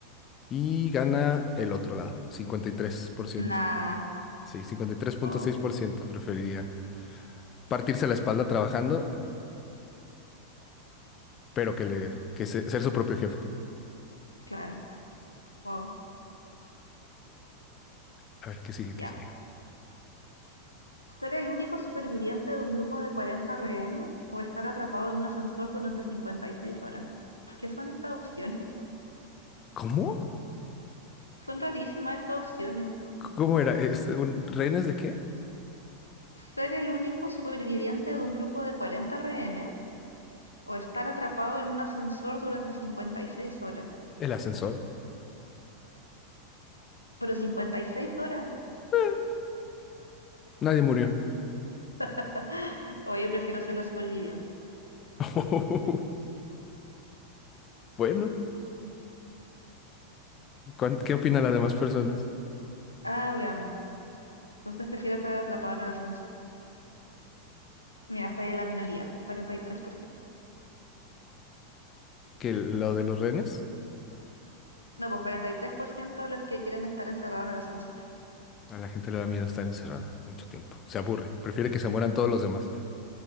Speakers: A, on the left (about 30°); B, on the left (about 80°).
A: Y gana el otro lado, cincuenta y tres por ciento
B: Nah.
A: Sí, cincuenta y tres punto
B: Oh,
A: seis por ciento preferiría partirse la espalda trabajando, pero que le que se- ser su propio jefe.
B: claro. Wow.
A: A ver, ¿qué sigue?
B: Ya.
A: ¿Qué sigue?
B: ¿Ser el único superviviente de un grupo de cuarenta rehenes o estar atrapado en un ascensor durante 56 horas? ¿Qué son estas opciones? <laughs>
A: ¿Cómo?
B: Son rarísimas estas opciones.
A: ¿Cómo era? ¿Es un, rehenes de qué?
B: ¿Ser el único superviviente de un grupo de 40 rehenes o estar atrapado en un ascensor durante 56 horas?
A: El ascensor.
B: Pero 56 horas.
A: Eh, nadie murió.
B: <laughs> Oye, prefiero ser la superviviente.
A: <laughs> Bueno, ¿cuán- ¿qué opinan las demás personas?
B: Ah, veamos. Entonces prefiero estar atrapado en el ascensor. Mira, está ahí en la minoría, 43%.
A: Que lo de los rehenes,
B: No, pues 43% de los que quieren estar encerrados en el ascensor.
A: a la gente le da miedo estar encerrada mucho tiempo. Se aburre, prefiere que se mueran todos los demás.